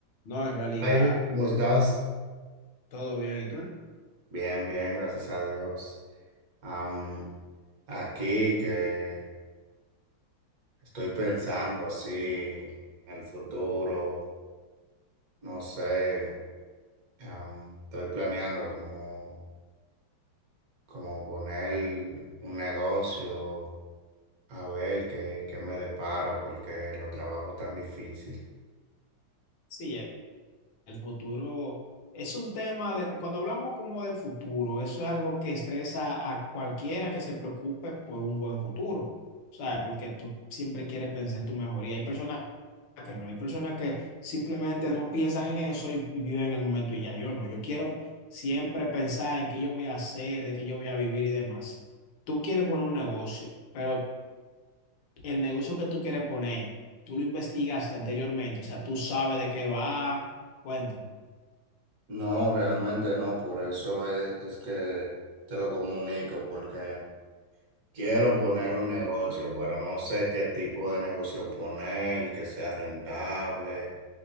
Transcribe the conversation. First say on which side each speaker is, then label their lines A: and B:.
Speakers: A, on the left; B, on the right.
A: No, en realidad,
B: Javi, ¿cómo estás?
A: todo bien. ¿Y tú?
B: Bien, bien, gracias a Dios. Am, aquí que estoy pensando así en el futuro, no sé, am, estoy planeando como, como poner un negocio a ver qué, qué me depara porque lo trabajo tan difícil.
A: Sí, el, el futuro es un tema de, cuando hablamos como del futuro, eso es algo que estresa a cualquiera que se preocupe por un buen futuro, ¿sabes? Porque tú siempre quieres pensar en tu mejoría. Hay personas que no, hay personas que simplemente no piensan en eso y, y viven el momento y ya yo no. Yo quiero siempre pensar en qué yo voy a hacer, de qué yo voy a vivir y demás. Tú quieres poner un negocio, pero el negocio que tú quieres poner, tú lo investigaste anteriormente, o sea, tú sabes de qué va. Cuéntame.
B: No, realmente no, por eso es, es que te lo comunico, porque Quiero poner un negocio, pero no sé qué tipo de negocio poner, que sea rentable.